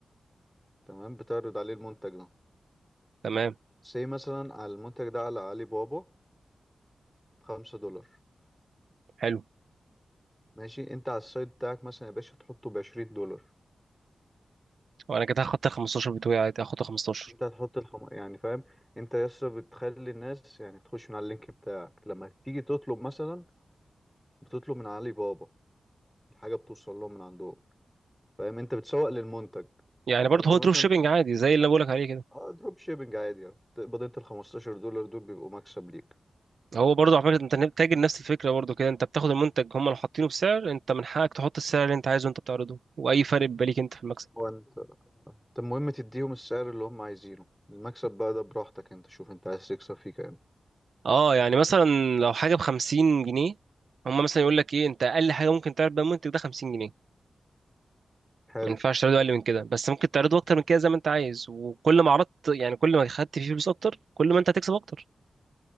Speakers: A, in the centre; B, on the right (about 70°).
A: تمام بتعرض عليه المنتج ده
B: تمام
A: سي مثلا على المنتج ده على علي بابا بخمسة دولار
B: حلو
A: ماشي انت على السايت بتاعك مثلا يا باشا تحطه بعشرين دولار
B: وانا كده هاخد 15 بتوعي عادي هاخد 15
A: انت هتحط الخم... يعني فاهم انت لسه بتخلي الناس يعني تخش من على اللينك بتاعك لما تيجي تطلب مثلا بتطلب من علي بابا الحاجة بتوصل لهم من عندهم فاهم انت بتسوق للمنتج
B: يعني برضه
A: فانت
B: هو
A: مثلا
B: دروب شيبنج عادي زي اللي بقولك عليه كده
A: اه دروب شيبنج عادي يعني تقبض انت ال 15 دولار دول بيبقوا مكسب ليك
B: هو برضه على فكره انت تاجر نفس الفكره برضه كده انت بتاخد المنتج هم اللي حاطينه بسعر انت من حقك تحط السعر اللي انت عايزه انت بتعرضه واي فرق بيبقى ليك انت في المكسب
A: وانت انت المهم تديهم السعر اللي هم عايزينه المكسب بقى ده براحتك انت شوف انت عايز تكسب فيه كام
B: اه يعني مثلا لو حاجه ب 50 جنيه هم مثلا يقول لك ايه انت اقل حاجه ممكن تعرض بيها المنتج ده 50 جنيه
A: حلو
B: ما ينفعش تعرضه اقل من كده بس ممكن تعرضه اكتر من كده زي ما انت عايز وكل ما عرضت يعني كل ما خدت فيه فلوس اكتر كل ما انت هتكسب اكتر